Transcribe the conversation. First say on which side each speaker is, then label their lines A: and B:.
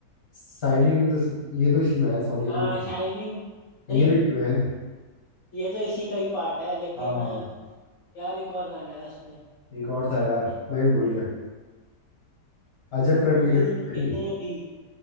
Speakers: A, on the left; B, on the left.
A: साइनिंग इन द ये तो इसी में है सॉरी
B: हाँ
A: एक
B: शाइनिंग
A: ये
B: नहीं
A: तो इसी में है
B: ये तो इसी का ही पार्ट है लेकिन
A: हाँ
B: यार एक और गाना है उसमें
A: एक और था यार मैं भी भूल गया अजब प्रेम की
B: मिलके
A: कहानी
B: भी